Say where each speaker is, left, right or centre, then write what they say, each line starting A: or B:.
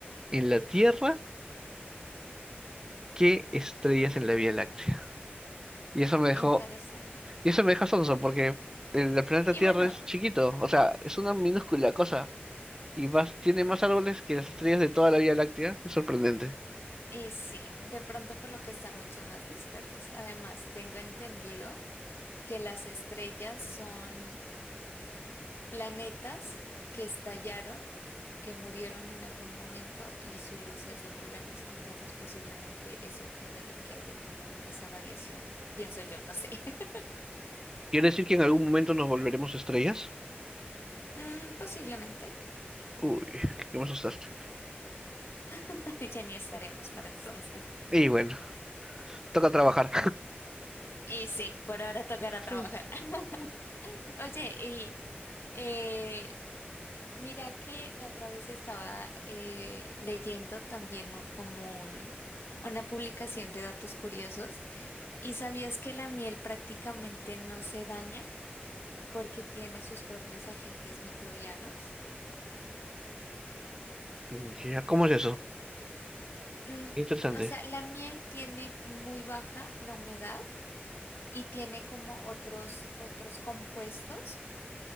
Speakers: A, on the right; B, on the left.
A: en la Tierra qué estrellas en la Vía Láctea. Y eso me dejó,
B: interesante.
A: y eso me deja sonso porque el, el planeta
B: Y
A: Tierra
B: bueno,
A: es chiquito, o sea, es una minúscula cosa y más, tiene más árboles que las estrellas de toda la Vía Láctea. Es sorprendente.
B: y sí, de pronto por lo que están mucho más dispersos. Además, tengo entendido que las estrellas son planetas que estallaron. que murieron en algún momento y su luz es lo que vemos. Entonces, posiblemente eso genere que haya como esa variación. Pienso yo, no sé. <laughs>
A: ¿Quiere decir que en algún momento nos volveremos estrellas?
B: Mm, posiblemente.
A: Uy, que me asustaste.
B: <laughs> Ya ni estaremos para entonces.
A: Y bueno, toca trabajar.
B: Y sí, por ahora tocará
A: <laughs>
B: trabajar. <laughs> Oye, y eh, mira que la otra vez estaba eh, leyendo también un- como un- una publicación de datos curiosos. ¿Y sabías que la miel prácticamente no se daña? porque tiene sus propios agentes microbianos.
A: Mm. Ya, ¿cómo es eso?
B: Mm,
A: Interesante.
B: o sea, la miel tiene muy baja la humedad y tiene como otros, otros compuestos